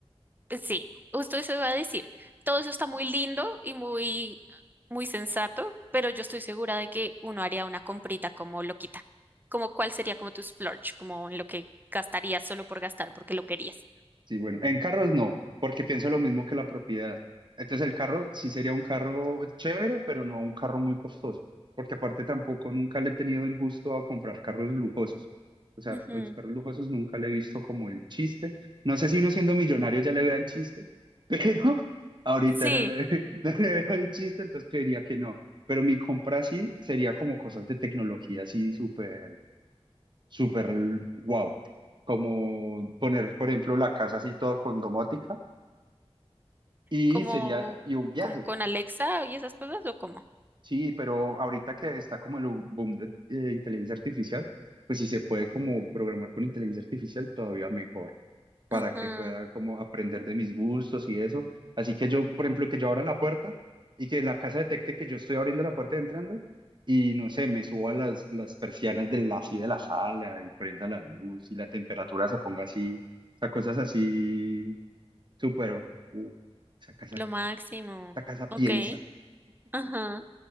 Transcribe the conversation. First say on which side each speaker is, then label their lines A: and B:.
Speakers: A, on the right (about 15°); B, on the right (about 45°).
A: eh, sí, justo eso iba a decir. Todo eso está muy lindo y muy, muy sensato, pero yo estoy segura de que uno haría una comprita como loquita. Como cuál sería como tu splurge, como en lo que gastarías solo por gastar, porque lo querías.
B: Sí, bueno, en carros no, porque pienso lo mismo que la propiedad. Entonces el carro sí sería un carro chévere, pero no un carro muy costoso, porque aparte tampoco nunca le he tenido el gusto a comprar carros lujosos. O sea,
A: Ujú,
B: a los carros lujosos nunca le he visto como el chiste. No sé si uno siendo millonario ya le vea el chiste, <laughs> pero ahorita
A: Sí.
B: no le, <laughs> ve- no le veo el chiste, entonces creería que no. Pero mi compra sí sería como cosas de tecnología así súper súper wow. Como poner, por ejemplo, la casa así todo con domótica y
A: como,
B: sería, y un viaje.
A: como con Alexa y esas cosas o cómo?
B: Sí, pero ahorita que está como el u- boom de eh, inteligencia artificial, pues si se puede como programar con inteligencia artificial, todavía mejor. para
A: Ajá,
B: que pueda como aprender de mis gustos y eso. Así que yo, por ejemplo, que yo abra la puerta y que la casa detecte que yo estoy abriendo la puerta y entrando y no sé, me suba las, las persianas del, así de la sala y prenda la luz y la temperatura se ponga así. O sea, cosas así súper, uh, esa casa,
A: lo máximo.
B: esa casa piensa.
A: Ok, ajá,